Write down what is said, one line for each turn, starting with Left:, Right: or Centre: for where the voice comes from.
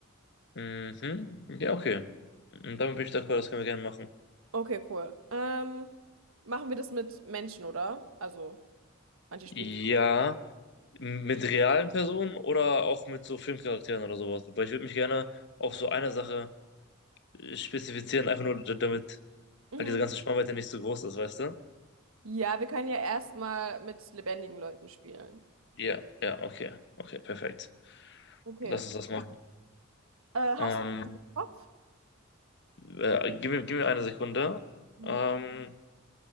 Left: Mhm. Ja, okay. Und Damit bin ich d'accord, das können wir gerne machen.
Right: Okay, cool. Ähm, machen wir das mit Menschen, oder? Also manche
Left: Ja,
Right: spielen. so.
Left: m- mit realen Personen oder auch mit so Filmcharakteren oder sowas. Aber ich würde mich gerne auf so eine Sache äh, spezifizieren, einfach nur da- damit
Right: Mhm.
Left: halt diese ganze Spannweite nicht so groß ist, weißt du?
Right: Ja, wir können ja erstmal mit lebendigen Leuten spielen.
Left: Ja, ja, okay. Okay, perfekt.
Right: Okay.
Left: Lass uns das machen.
Right: Äh, hast
Left: Ähm,
Right: du Bock?
Left: äh, gib mir, gib mir eine Sekunde.
Right: Mhm.
Left: Ähm,